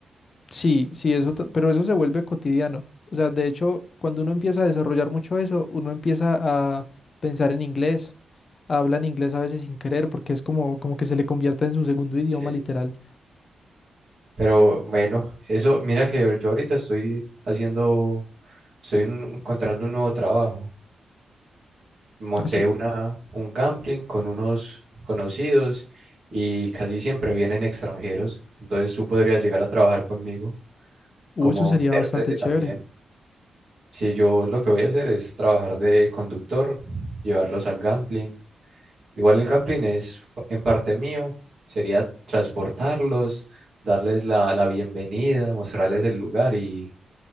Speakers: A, on the left; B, on the right.
A: Sí, sí, eso, t- pero eso se vuelve cotidiano. O sea, de hecho, cuando uno empieza a desarrollar mucho eso, uno empieza a pensar en inglés, habla en inglés a veces sin querer, porque es como, como que se le convierte en su segundo idioma
B: Sí,
A: literal.
B: sí. Pero bueno, eso, mira que yo ahorita estoy haciendo, estoy en- encontrando un nuevo trabajo. Monté
A: ¿Ah, sí?
B: una, un gambling con unos conocidos y casi siempre vienen extranjeros. Entonces tú podrías llegar a trabajar conmigo
A: Uh,
B: como
A: eso sería
B: intérprete
A: bastante chévere.
B: también. Si yo lo que voy a hacer es trabajar de conductor, llevarlos al gambling Igual el camping es en parte mío, sería transportarlos, darles la, la bienvenida, mostrarles el lugar y,